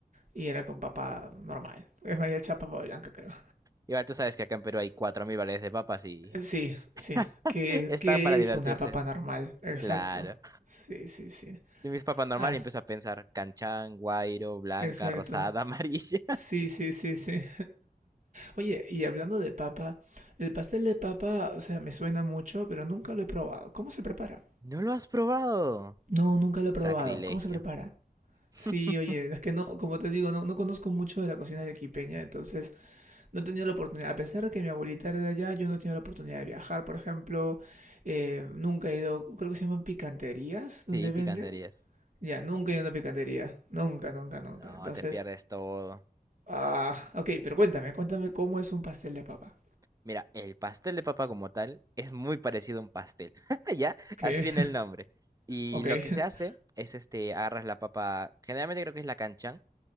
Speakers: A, on the right (about 50°); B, on the right (about 20°).
A: Y era con papa normal. Es más, ya hecha papa blanca, creo.
B: Igual tú sabes que acá en Perú hay cuatro mil variedades de papas y
A: Eh, Sí, sí. ¿Qué,
B: <laughs> está
A: qué
B: para divertirse.
A: es una papa normal? Exacto.
B: Claro.
A: Sí, sí, sí.
B: Yo mis papas normal
A: Ah,
B: y empiezo a pensar canchán, guairo, blanca,
A: exacto.
B: rosada, <laughs> amarilla.
A: Sí, sí, sí, sí. Oye, y hablando de papa, el pastel de papa, o sea, me suena mucho, pero nunca lo he probado. ¿Cómo se prepara?
B: ¿No lo has probado?
A: No, nunca lo he
B: Sacrilegio.
A: probado. ¿Cómo se prepara?
B: <laughs>
A: Sí, oye, es que no, como te digo, no, no conozco mucho de la cocina arequipeña, entonces no he tenido la oportunidad. A pesar de que mi abuelita era de allá, yo no he tenido la oportunidad de viajar, por ejemplo. eh, nunca he ido, creo que se llaman picanterías,
B: Sí,
A: donde
B: picanterías.
A: venden. Ya, nunca he ido a una picantería. Nunca, nunca, nunca.
B: No,
A: Entonces,
B: te pierdes todo.
A: ah, ok, pero cuéntame, cuéntame cómo es un pastel de papa.
B: Mira, el pastel de papa como tal es muy parecido a un pastel, <laughs> ¿ya?
A: ¿Qué?
B: Así viene el nombre. Y
A: Ok.
B: lo
A: <laughs>
B: que se hace es, este, agarras la papa, generalmente creo que es la canchán,